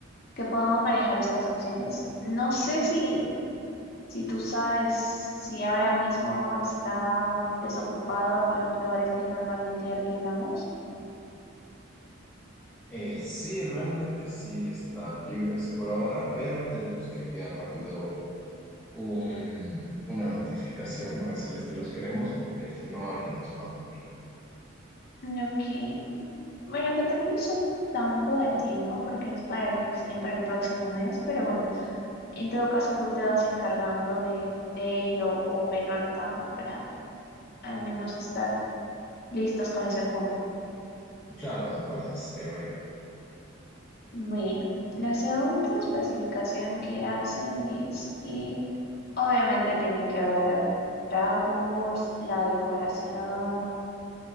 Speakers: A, on the left; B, in the centre.
A: que podamos manejar estas opciones. No sé si Si tú sabes si ahora mismo están desocupados los lugares que normalmente alquilamos,
B: Eh, sí, realmente sí están libres por ahora, pero tenemos que enviar rápido. un- una notificación para decirles que los queremos, porque si no, alguien los va a tomar.
A: lo que, bueno, que tenemos un tanto de tiempo porque es para el, recién para el próximo mes, pero bueno, en todo caso tú te vas encargando de, de ello o velo anotando para al menos estar listos con ese punto.
B: Claro, me parece estaría bien.
A: Bueno, la segunda especificación que hacen es que obviamente tiene que haber tragos, la decoración.